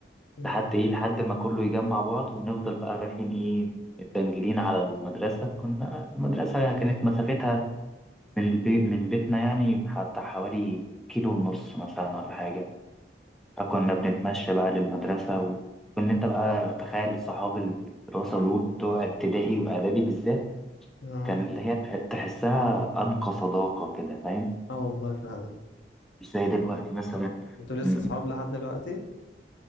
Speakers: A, on the left (about 85°); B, in the centre.
A: اه
B: لحد ايه لحد ما كله يجمع بعض ونفضل بقى رايحين ايه متبنجلين على المدرسة كنا المدرسة كانت مسافتها من البي... من بيتنا يعني بتاع حوالي كيلو ونص مثلا ولا حاجة فكنا بنتمشى بقى للمدرسة و... وإن أنت بقى تخيل صحاب الدراسة دول بتوع ابتدائي وإعدادي بالذات
A: اه
B: كان اللي هي تح- تحسها أنقى صداقة كده فاهم
A: آه والله فعلا
B: مش زي دلوقتي مثلا
A: انتوا لسه
B: م-
A: اصحاب لحد دلوقتي